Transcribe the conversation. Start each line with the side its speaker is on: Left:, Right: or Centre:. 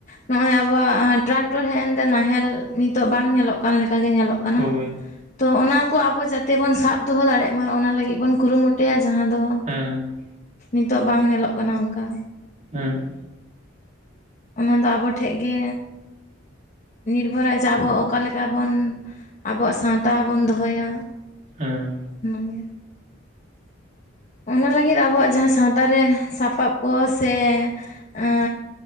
Left: ᱱᱚᱜ ᱚᱭ ᱟᱵᱚᱣᱟᱜ ᱴᱨᱟᱠᱴᱚᱨ ᱦᱮᱡ ᱮᱱᱛᱮ ᱱᱟᱦᱮᱞ ᱱᱤᱛᱚᱜ ᱵᱟᱝ ᱧᱮᱞᱚᱜ ᱠᱟᱱ ᱞᱮᱠᱟ ᱜᱮ ᱧᱮᱞᱚᱜ᱾ ᱠᱟᱱᱟ
Right: ᱦᱳᱭ
Left: ᱛᱚ ᱚᱱᱟ ᱠᱚ ᱟᱵᱚ ᱡᱟᱛᱮ ᱵᱚᱱ ᱥᱟᱵ ᱫᱚᱦᱚ ᱫᱟᱲᱮᱜ ᱢᱟ, ᱚᱱᱟ ᱞᱟᱹᱜᱤᱫ ᱵᱚᱱ ᱠᱩᱨᱩᱢᱩᱴᱩᱭᱟ ᱡᱟᱸᱦᱟ ᱫᱚ᱾
Right: ᱦᱮᱸ
Left: ᱱᱤᱛᱚᱜ ᱵᱟᱝ ᱧᱮᱞᱚᱜ ᱠᱟᱱᱟ ᱚᱱᱠᱟ᱾
Right: ᱦᱮᱸ
Left: ᱚᱱᱟ ᱫᱚ ᱟᱵᱚ ᱴᱷᱮᱡ ᱜᱮ᱾ ᱱᱤᱨᱵᱷᱚᱨᱟ ᱡᱮ ᱟᱵᱚ ᱚᱠᱟ ᱞᱮᱠᱟ ᱵᱚᱱ ᱟᱵᱚᱣᱟᱜ ᱥᱟᱶᱛᱟ ᱵᱚᱱ ᱫᱚᱦᱚᱭᱟ᱾
Right: ᱦᱮᱸ
Left: ᱚᱱᱟ ᱜᱮ᱾
Right: <unintelligible>
Left: ᱚᱱᱟ ᱞᱟᱹᱜᱤᱫ ᱟᱵᱚᱣᱟᱜ ᱡᱟᱸᱦᱟ ᱥᱟᱶᱛᱟ ᱨᱮ ᱥᱟᱯᱟᱯ ᱠᱚ ᱥᱮ ᱮᱸ᱾